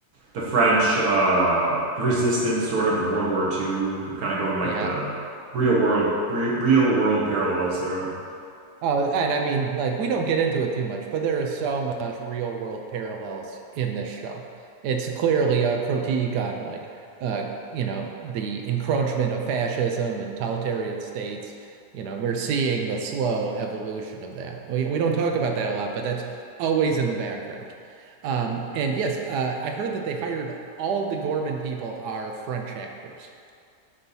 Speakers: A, on the right (about 65°); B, on the right (about 85°).
A: the French uh the resistance sort of in World War 2 They're kind of going like
B: Yeah.
A: the real world re real world parallels there.
B: Oh, and I mean, like, we don't get into it too much, but there is so much real world parallels in this show. It's clearly a critique on, like, uh, you know, the encroachment of fascism and totalitarian states. You know, we're seeing the slow evolution of that. We, we don't talk about that a lot, but that's always in the background. Um, and yes, uh, I heard that they hired all of the Gorman people are French actors.